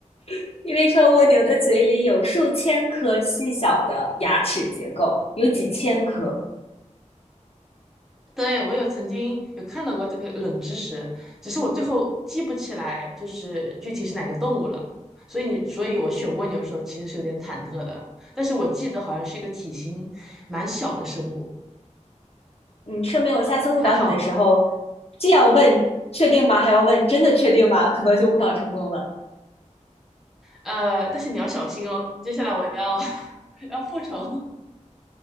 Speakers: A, on the left; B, in the centre.
A: <laughs> 因为说蜗牛的嘴里有数千颗细小的牙齿结构，有几千颗。
B: 对，我有曾经有看到过这个冷知识，只是我最后记不起来，就是具体是哪个动物了。所以你，所以我选蜗牛的时候其实是有点忐忑的，但是我记得好像是一个体型蛮小的生物，
A: 嗯，说明我下次误导你的时候，
B: 还好。
A: 既要问确定吗，还要问真的确定吗，可能就误导成功了。
B: 呃，但是你要小心哦，接下来我要 <laughs> 要复仇。